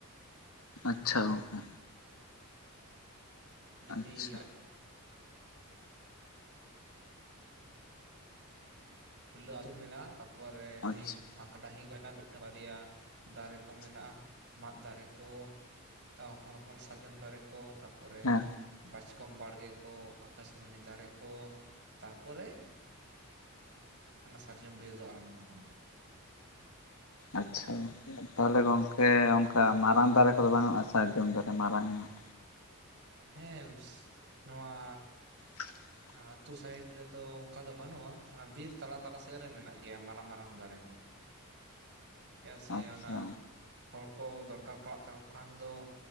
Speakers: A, on the left; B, on the right.
A: ᱟᱪᱪᱷᱟ ᱜᱚᱝᱠᱮ
B: ᱡᱩᱫᱤ
A: ᱟᱪᱪᱷᱟ
B: <inaudible> ᱯᱩᱞᱞᱟᱹ ᱟᱹᱛᱩ ᱢᱮᱱᱟᱜ-ᱟ ᱛᱟᱯᱚᱨᱮ
A: ᱟᱪᱪᱷᱟ
B: ᱱᱤ ᱯᱷᱟᱠ ᱰᱟᱹᱦᱤ ᱠᱚ ᱦᱮᱱᱟᱜ-ᱟ ᱢᱤᱫᱴᱟᱝ ᱵᱟᱨᱭᱟ᱾ ᱫᱟᱨᱮ ᱠᱚ ᱢᱮᱱᱟᱜ-ᱟ, ᱢᱟᱫᱽ ᱫᱟᱨᱮ ᱠᱚ, ᱛᱟ ᱦᱚᱯᱚᱱ ᱦᱚᱯᱚᱱ ᱥᱟᱨᱡᱚᱢ ᱫᱟᱨᱮ ᱠᱚ, ᱛᱟᱯ ᱯᱚᱨᱮ
A: ᱦᱮᱸ
B: ᱵᱟᱪᱠᱚᱢ ᱵᱟᱲᱜᱮ ᱠᱚ ᱟᱠᱟᱥᱢᱟᱹᱱᱤ ᱫᱟᱨᱮ ᱠᱚ ᱛᱟᱨᱯᱚᱨᱮ ᱚᱱᱟ ᱥᱟᱨᱡᱚᱢ ᱵᱤᱨ ᱫᱚ ᱟᱨᱟᱢᱵᱚᱣ ᱠᱟᱱᱟ᱾
A: ᱟᱪᱪᱷᱟ ᱜᱚᱝᱠᱮ, ᱛᱟᱦᱞᱮ ᱜᱚᱝᱠᱮ ᱚ ᱠᱟ ᱢᱟᱨᱟᱝ ᱫᱟᱨᱮ ᱠᱚ ᱫᱚ ᱵᱟᱹᱱᱩᱜ-ᱟ ᱥᱟᱨᱡᱚᱢ ᱫᱟᱨᱮ ᱢᱟᱨᱟᱝ ᱧᱚᱜ?
B: ᱦᱮᱸᱥ ᱱᱚᱣᱟ
A: <inaudible>
B: ᱟᱹᱛᱩ ᱥᱟᱭᱤᱰ ᱨᱮᱫᱚ ᱚᱱᱠᱟ ᱫᱚ ᱵᱟᱹᱱᱩᱜᱼᱟ, ᱚᱱᱟ ᱵᱤᱨ ᱛᱟᱞᱟ ᱛᱟᱞᱟ ᱥᱮᱫ ᱨᱮ ᱢᱮᱱᱟᱜ ᱜᱮᱭᱟ ᱢᱟᱨᱟᱝ ᱢᱟᱨᱟᱝ ᱫᱟᱨᱮ ᱠᱚ᱾ <unintelligible> ᱥᱮ
A: ᱟᱪᱪᱷᱟ
B: ᱚᱱᱟ ᱦᱚᱲ ᱠᱚ ᱫᱚᱨᱠᱟᱨ ᱯᱟᱲᱟᱜ ᱛᱟᱠᱚ ᱠᱷᱟᱱ ᱫᱚ